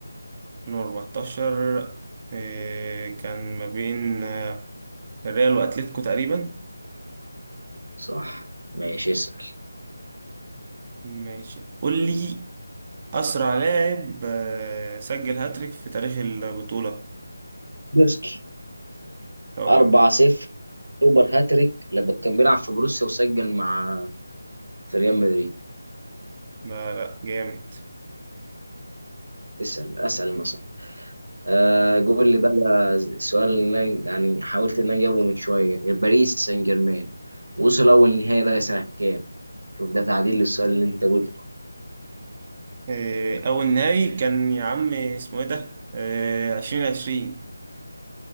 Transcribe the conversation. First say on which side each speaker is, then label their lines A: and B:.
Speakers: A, on the right; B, on the right.
A: من 14 إيه كان ما بين آه، الريال وأتلتيكو تقريبا
B: صح ماشي اسأل
A: ماشي قول لي أسرع لاعب آه، سجل هاتريك في تاريخ البطولة
B: دوسكي
A: اوعى
B: 4-0 سوبر هاتريك لما كان بيلعب في بروسيا وسجل مع في ريال مدريد
A: لا لا جامد
B: اسأل اسأل انا صح آه قول لي بقى السؤال اللي أنا يعني حاولت ان انا اجاوبه من شويه باريس سان جيرمان وصل اول نهائي بقى سنه كام شوف ده تعديل للسؤال اللي انت قلته
A: آه، أول نهائي كان يا عم اسمه إيه ده؟ آه، عشرين عشرين